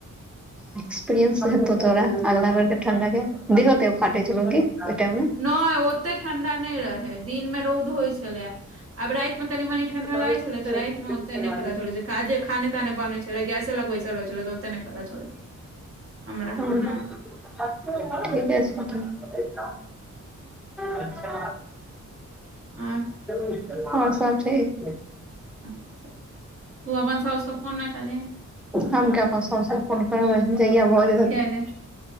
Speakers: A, in the centre; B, on the right.
A: एक्सपीरियंस हेतौ तोरा अगलाबेर के ठण्डा के देहो के फाटै छेल्लौ की ओय टाइम मे?
B: नहि ओते ठंडा नहि रहै दिन मे रौद होइ छलै आब राति मे कनि मनी ठंडा लागै
A: <unintelligible> <unintelligible> अच्छा
B: छलै तऽ राति मे ओते नहि पता चलै छै काजे खाने ताने बनै छलै गैसे लग बैसल रहै छलै तऽ ओते नहि पता चलै हमरा
A: हूँ
B: हँ
A: ठीके छौ। अच्छा
B: अ
A: और सब ठीक
B: तू अपन सौस के फोन नै केलहीन।
A: हम किये अपन सौस फोन करबै जहिया भोज-
B: किया ने